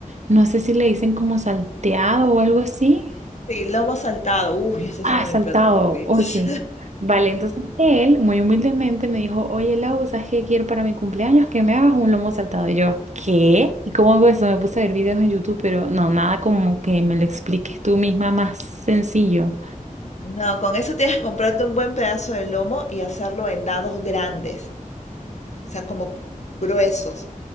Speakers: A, on the right; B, on the left.
A: no sé si le dicen como salteado o algo así.
B: sí, lomo saltado, uy, ese
A: Ah,
B: es uno
A: saltado,
B: de mis platos favoritos.
A: o sí. Vale, entonces él muy humildemente me dijo, oye Lau, ¿sabes qué quiero para mi cumpleaños? Que me hagas un lomo saltado. Y yo, ¿qué? ¿Y cómo hago eso? Me puse a ver videos en YouTube, pero no, nada como que me lo expliques tú misma más sencillo.
B: No, con eso tienes que comprarte un buen pedazo de lomo y hacerlo en dados grandes, o sea, como gruesos.